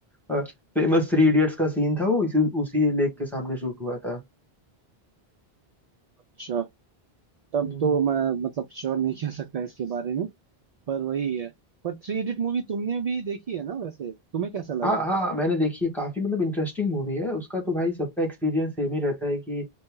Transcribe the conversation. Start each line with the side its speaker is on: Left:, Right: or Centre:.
Centre: फेमस थ्री इडियट्स का सीन था वो इसी उसी लेक के सामने शूट हुआ था
Right: अच्छा तब
Centre: हम्म।
Right: तो मैं मतलब श्योर नहीं कह सकता इसके बारे में पर वही है पर थ्री इडियट मूवी तुमने भी देखी है ना वैसे तुम्हें कैसा
Centre: हाँ
Right: लगा
Centre: हाँ मैंने देखी है काफी मतलब इंटरेस्टिंग मूवी है उसका तो भाई सबका एक्सपीरियंस सेम ही रहता है कि